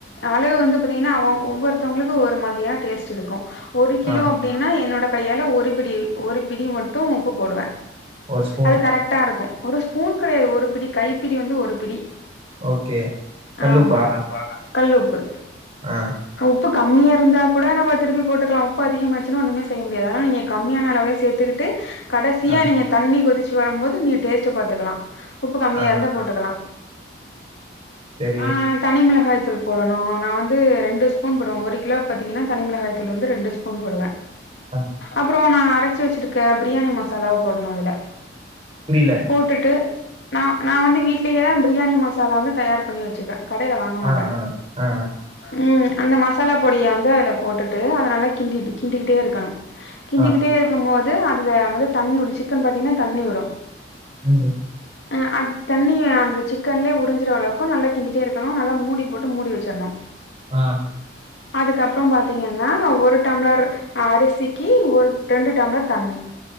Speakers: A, on the left (about 70°); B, on the right (about 35°).
A: அளவு வந்து பாத்தீங்கன்னா ஒவ்வொருத்தவங்களுக்கு ஒவ்வொரு மாரியான டேஸ்ட் இருக்கு ஒரு கிலோ
B: ஆ.
A: அப்டின்னா என்னோட கையால ஒரு பிடி ஒரு பிடி மட்டு உப்பு போடுவே
B: ஒரு ஸ்பூன்
A: அது கரட்டா இருக்கு ஒரு ஸ்பூன் கெடையாது ஒரு பிடி கைப்பிடி வந்து ஒரு பிடி
B: ஓகே கல்லுப்பா
A: ஆமா கல்லுப்பு
B: ஆஹ்
A: உப்பு கம்மியா இருந்த கூட நம்ப திருப்பி போட்டுகலா உப்பு அதிகமாய்ட்ச்சினா ஒன்னுமே செய்ய முடியாது அதனால நீங்க கம்மியான அளவே சேத்துக்கிட்டு கடைசியா
B: ஆ,
A: நீங்க தண்ணி கொதி ச்சி வரும் போது நீங்க டேஸ்ட்டு பாத்துகலா உப்பு கம்மியாக
B: ஆ,
A: இருந்தா போட்டுகலா
B: சரி.
A: ஆஹ் தனி மிளகாய் <unintelligible> போடனு நா வந்து ரெண்டு ஸ்பூன் போடுவே ஒரு கிலோக்கு பாத்தீங்கன்னா தனிமிளகாய்த்தூள் வந்து ரெண்டுஸ்பூன் போடுவே
B: ஆ,
A: அப்றோ நா அரச்சி வச்ருக்க பிரியாணி மசாலாவ போடனு அதுல
B: புரியல.
A: போட்டுட்டு நா நா வந்து வீட்லயேதா பிரியாணி மசாலா வந்து தயார் பண்ணி வச்சுபே கடைல வாங்க மாட்டே
B: ஆ, ஆ, ஆ,
A: ம் அந்த மசாலா பொடிய வந்து அதுல போட்டுட்டு அத நல்லா கிண்டி கிண்டிக்கிட்டே இருக்கனு கிண்டிக்கிட்டே
B: ஆ, ஆ,
A: இருக்கும் போது அதுல வந்து தண்ணி விடு சிக்கன் பாத்திங்ன்னா தண்ணி விடு
B: ம்
A: அ அந்த தண்ணிய அந்த சிக்கன்லே உறிஞ்சுற அளவுக்கு நல்ல கிண்டிட்டே இருக்கணு நல்ல போட்டு மூடி வச்சுர்ரணு
B: ஆ,
A: அதுக்கப்றோ பாத்தீங்கன்னா ஒரு டம்ளர் அரிசிக்கி ஒரு ரெண்டு டம்ளர் தண்ணி